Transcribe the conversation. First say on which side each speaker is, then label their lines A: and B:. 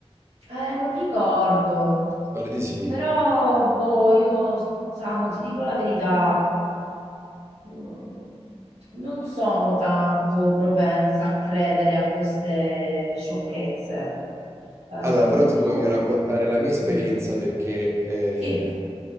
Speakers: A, on the right; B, on the right.
A: eh, non ricordo.
B: Pare di sì.
A: Però, boh, io, Samu, ti dico la verità, mm, non sono tanto propensa a credere a queste sciocchezze. Eh,
B: Allora,
A: sono
B: però
A: più...
B: ti voglio raccontare la mia esperienza
A: mm,
B: perché, eh,
A: sì,